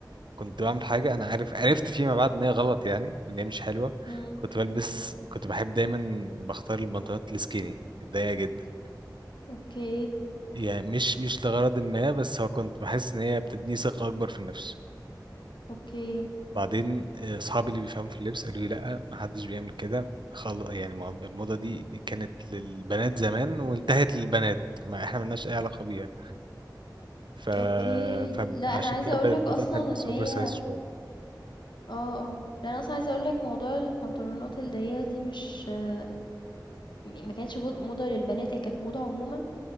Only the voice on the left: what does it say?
إمم،
إمم،
أوكي،
أوكي،
أوكي.
لأ، أنا عايزة
أقول
لك
أصلًا
إن هي
آه، آه. لأ، أنا أصلًا عايزة أقول لك موضوع البنطلونات الضيّقة دي مش آآ، ما كانتش بود موضة للبنات، هي كانت موضة عمومًا